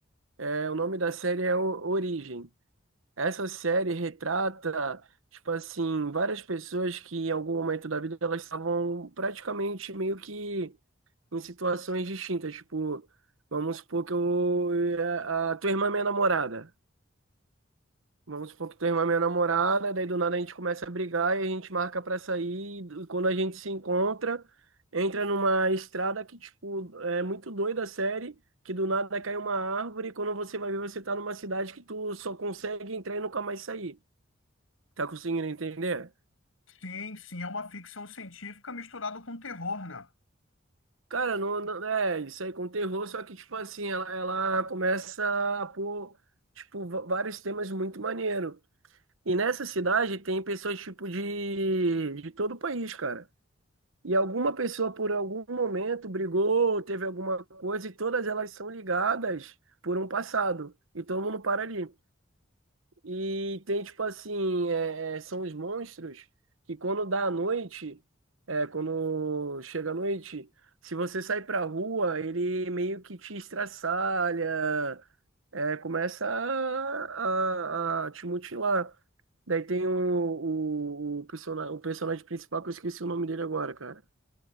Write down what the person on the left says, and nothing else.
Sim, sim, é uma ficção científica misturada com terror, né?